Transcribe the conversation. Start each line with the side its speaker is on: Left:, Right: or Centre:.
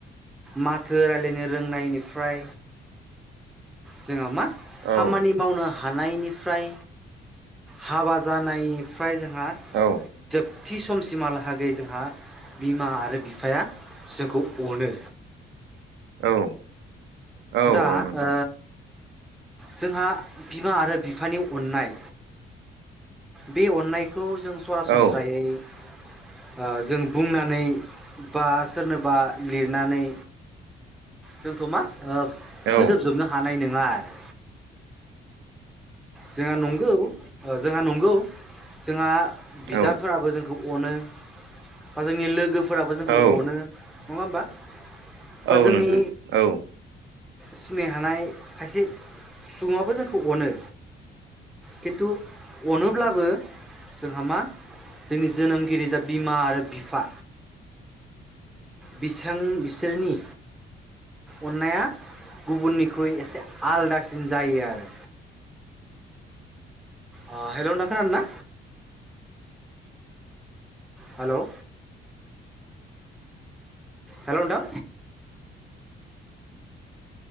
Centre: माथो रायलायनो रों नायनिफ्राय जोंहा मा
Right: औ
Centre: खामानि मावनो हानायनिफ्राय हाबा जानाय फ्राय जोंहा
Right: औ औ
Centre: जोब थि समसिमहालाहागै जोंहा बिमा आरो बिफाया जोंखौ अनो।
Right: औ औ
Centre: दा
Right: औ नोंथां
Centre: ओ जोंहा बिमा आरो बिफानि अननाय बे अननाय खौ जों सरासनस्रायै
Right: औ
Centre: ओ जों बुंनानै बा सोरनोबा लिरनानै जोंथ' मा ओ
Right: औ
Centre: फोजोबजोबनो हा हानाय नंङा आरो जोंहा नंगौ जोंहा नं गौ जोंहा बिदाफोराबो
Right: औ
Centre: जों खौ अनो बा जोंनि लोगो फोराबो जोंखौ
Right: औ
Centre: अनो। नंङा होमबा। बा
Right: औ
Centre: जोंनि
Right: नोंथां औ
Centre: सिनाय हानाय खायसे सुबुङाबो जोंखौ अनो। खिन्थु अनोब्लाबो जोंहा मा जोंनि जोनोमगिरि जा बिमा आरो बिफा बिसां बिसोरनि अननाया गुबुननिख्रुइ एसे आलदासिन जायो आरो। ओ हेलौ नोंथां खोनादोंना। हेलौ हेल नोंथां।